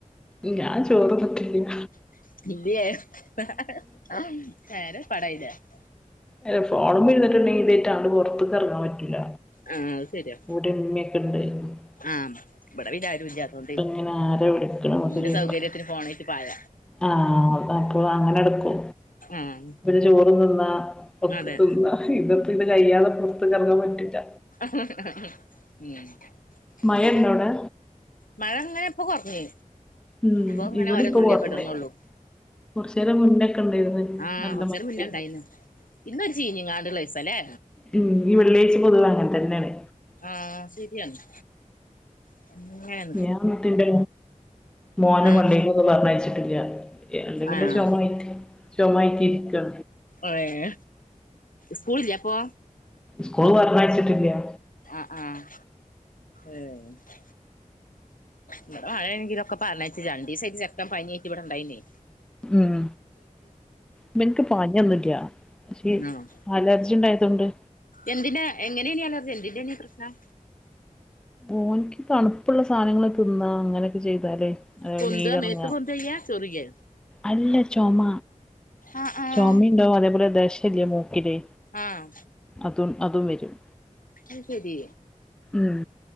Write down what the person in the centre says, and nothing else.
ഉം ഞാൻ ചോറ്ന്ന്ട്ടില്ല്യ..
അല്ല ഫോണുമ്മേ ഇര്ന്നിട്ട്ണ്ടെങ്കി ഇതെറ്റാണ്ട് പൊറത്ക്ക് എറങ്ങാൻ പറ്റൂല..
<unintelligible>
അപ്പൊ ഇങ്ങനെ ആരാ വിളിക്കണ എന്നൊക്കെ
ചോദിക്കും
ആഹ് അപ്പൊ അങ്ങനടുക്കു.
ചോറ് തിന്നാ പൊക്ക്
തിന്ന ഇതപ്പ ഇത് കയ്യാതെ പൊറത്ക് എറങ്ങാൻ പറ്റുല്ല
മഴ
ഉണ്ടോ അവിടെ
ഉം
ഇവിടെ
ഇപ്പൊ
കുറഞ്ഞ്
കുറച്ചു നേരം മുന്നൊക്കെ ഉണ്ടായിരുന്നു
നല്ല
മഴ
ഉണ്ടായിരുന്നു
മ്മ് ഈ വെള്ള്യാഴ്ച പൊതുവെ അങ്ങൻ തന്നെണ്..
ഞാന്ന്ട്ടന്റെ മോനെ
മോനെ പള്ളികൊന്നും പറഞയച്ചിട്ടില്ല. എന്തെങ്കിന്റെ
ചൊമയിക് ചൊമായിട്ടിരിക്കാ..
സ്കൂള് വർനയിച്ചിട്ടില്ല്യ..
ഉം ഇവന്ക് പനിയൊന്നുല്ല്യ.. ഷി
അലർജിണ്ടായതൊണ്ട്..
ഓന്ക് തണുപ്പുള്ള സാനങ്ങള് തിന്നാ അങ്ങനെക്കെ ചെയ്താലേ.. അതായത്
നീരിറങ്ങാ
അല്ല ചൊമ
ചൊമേണ്ടാവു അതേപോലെ ദശല്യെമൂ.. ഇതെ
അതും അതും വരും..
ഉം